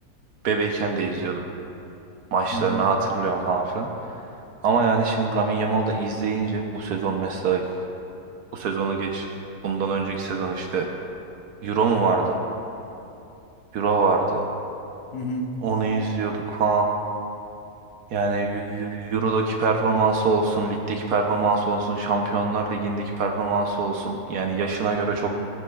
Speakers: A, on the right (about 75°); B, on the left (about 30°).
A: bebeyken de izliyordum. Maçlarını
B: Hı hı.
A: hatırlıyorum falan filan. Ama yani şimdi Lamine Yamal'ı da izleyince bu sezon mesela bu sezonu geç. Bundan önceki sezon işte Euro mu vardı? Euro vardı.
B: Hı hı.
A: Onu izliyorduk falan. Yani Eu- Eu- Euro'daki performansı olsun, ligdeki performansı olsun, Şampiyonlar Ligi'ndeki performansı olsun. Yani yaşına göre çok